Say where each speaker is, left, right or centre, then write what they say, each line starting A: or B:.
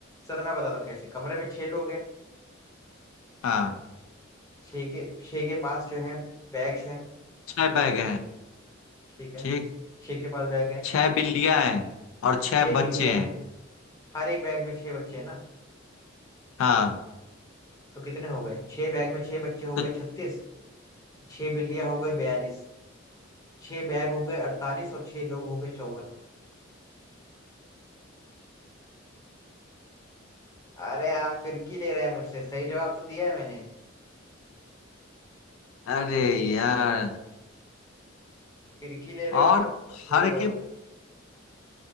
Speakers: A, on the left (about 15°); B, on the left (about 80°).
A: सर मैं बताता हूँ कैसे कमरे में छह लोग हैं
B: हाँ
A: छह के छह के पास जो है बैग्स हैं
B: छह बैग हैं
A: ठीक है
B: ठीक
A: छह के पास बैग है
B: छह बिल्लियां हैं और छह
A: छह बिल्लियां
B: बच्चे हैं
A: हैं हर एक बैग में छह बच्चे हैं ना
B: हाँ
A: तो कितने हो गए छह बैग में छह बच्चे हो
B: तो
A: गए छत्तीस छह बिल्लियां हो गई बयालीस छह बैग हो गए अड़तालीस और छह लोग हो गए चौवन अरे आप फिरकी ले रहे हैं मुझसे सही जवाब तो दिया है मैंने
B: अरे यार
A: फिरकी ले रहे
B: और
A: हो आप फिरकी
B: हर
A: ले रहे हो
B: के